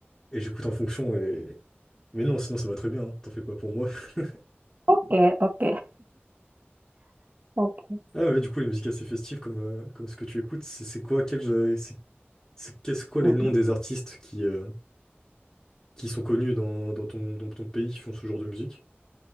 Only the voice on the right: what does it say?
Ok, ok, ok.
Euh,